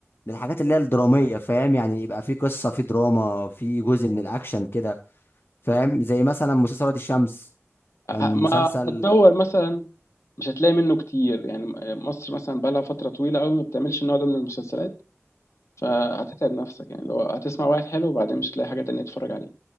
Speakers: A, on the left (about 50°); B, on the left (about 70°).
A: للحاجات اللي هي الدرامية فاهم يعني يبقى في قصة في دراما في جزء من الاكشن كده فاهم زي مثلا مسلسل وادي الشمس
B: أ-
A: كان مسلسل
B: ما هتدور مثلا مش هتلاقي منه كتير يعني مصر مثلا بقالها فتره طويله قوي ما بتعملش النوع ده من المسلسلات فهتتعب نفسك يعني لو هتسمع واحد حلو وبعدين مش هتلاقي حاجة تانية تتفرج عليها